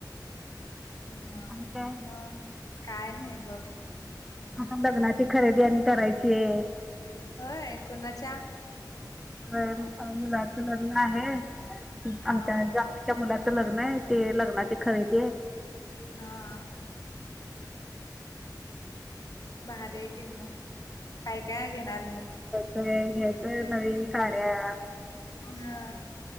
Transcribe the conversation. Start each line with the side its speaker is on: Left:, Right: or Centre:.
Left: ह
Centre: आणि काय
Left: मग काय नाही बघ.
Centre: आता लग्नाची खरेदी आणि करायचीये.
Left: होय कुणाच्या?
Centre: व्हय अ मुलाचं लग्न आहे
Left: हा
Centre: आमच्या जाव च्या मुलाचं लग्न आहे ते लग्नाची खरेदी हाय.
Left: हा हा.. भारी हाय कि मग काय काय घेणार मग?
Centre: <unintelligible> घ्यायच्यात नवीन साड्या.
Left: हा